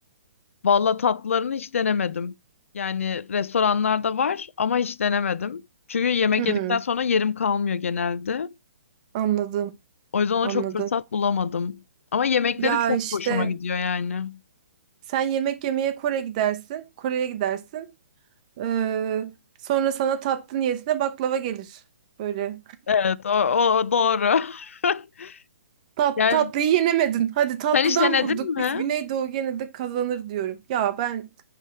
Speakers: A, on the left (about 70°); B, on the right (about 30°).
A: Valla tatlılarını hiç denemedim. Yani restoranlarda var ama hiç denemedim. Çünkü yemek
B: Hmm,
A: yedikten sonra yerim kalmıyor genelde.
B: anladım.
A: O yüzden ona
B: Anladım.
A: çok fırsat bulamadım. Ama yemekleri
B: Ya
A: çok
B: işte
A: hoşuma gidiyor yani.
B: sen yemek yemeye Kore gidersin, Kore'ye gidersin. Ee, sonra sana tatlı niyetine baklava gelir. Böyle.
A: Evet, o, o o doğru. <laughs>
B: Tat,
A: Yani
B: tatlıyı yenemedin. Hadi tatlıdan
A: sen hiç denedin
B: vurduk.
A: mi?
B: Biz Güneydoğu gene de kazanır diyorum. Ya ben